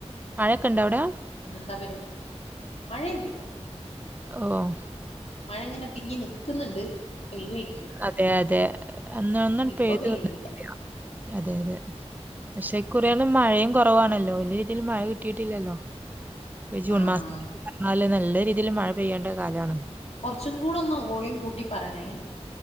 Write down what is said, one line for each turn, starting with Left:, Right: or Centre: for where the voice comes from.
Right: മഴക്ക്ണ്ടവടെ?
Left: പിന്നെ എന്താ പരു മഴൊന്നുല്ല.
Right: ഓഹ്
Left: മഴ ങ്ങനെ തിങ്ങി നിക്ക്ന്ന്ണ്ട് പെയ്യുവായി
Right: അതെ അതെ അന്ന് ഒന്നാണ്
Left: ഇപ്പൊ
Right: പെയ്ത്
Left: പെയ്യുന്നില്ല
Right: വ <unintelligible> അതെ അതെ പക്ഷെ ഇക്കുറിയൊന്നും മഴയും കൊറവാണല്ലോ വെല്ല്യെ രീതിയില് മഴ കിട്ടിയിട്ടില്ലല്ലോ. ഇപ്പൊ ജൂൺ
Left: ആഹ്
Right: മാസന്ന് പർഞ്ഞാല് നല്ല രീതിയില് മഴ പെയ്യേണ്ട കാലാണ്.
Left: കൊർച്ചും കൂടൊന്ന് വോളിയം കൂട്ടി പറണേ.